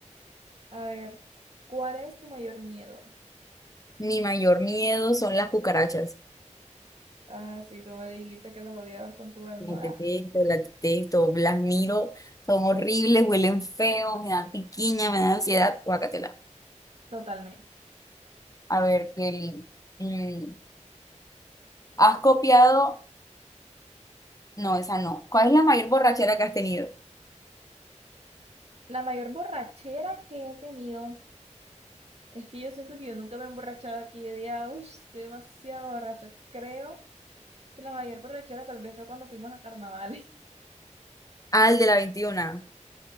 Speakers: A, on the right; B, on the left.
A: A ver, ¿cuál es tu mayor miedo?
B: Mi mayor miedo son las cucarachas.
A: Ah, sí, tú me dijiste que las odiabas con tu alma.
B: Las detesto,
A: Ah,
B: las detesto, las miro, son horribles, huelen feo, me dan piquiña, me dan ansiedad. Guácatela.
A: Totalmente.
B: A ver, Kelly, mm, ¿has copiado? No, esa no. ¿Cuál es la mayor borrachera que has tenido?
A: La mayor borrachera que he tenido es que yo siento que yo nunca me he emborrachado, que yo diga, uff, demasiado borracha. Creo que la mayor borrachera tal vez fue cuando fuimos a carnavales. <laughs>
B: Ah, el de la veintiuna